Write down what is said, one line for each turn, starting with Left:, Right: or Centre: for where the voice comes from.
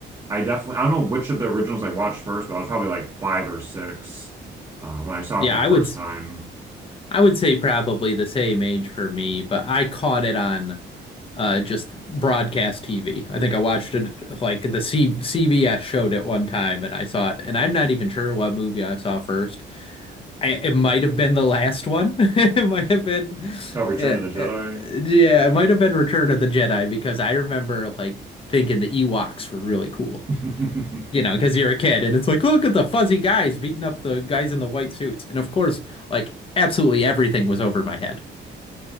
Right: I definitely I don't know which of the originals I watched first, but I was probably like five or six uh, when I saw
Left: Yeah,
Right: it for
Left: I
Right: the first
Left: would.
Right: time.
Left: I would say probably the same age for me, but I caught it on uh, just broadcast TV. I think I watched it like the C CBS showed it one time and I saw it. And I'm not even sure what movie I saw first. I, it might have been the last one. <laughs> It might have been,
Right: Oh, Return
Left: uh,
Right: of the Jedi.
Left: uh, yeah, it might have been Return of the Jedi because I remember like thinking the Ewoks were really cool
Right: Yeah.
Left: you
Right: <laughs>
Left: know, because you're a kid and it's like, look at the fuzzy guys beating up the guys in the white suits. And of course, like absolutely everything was over my head.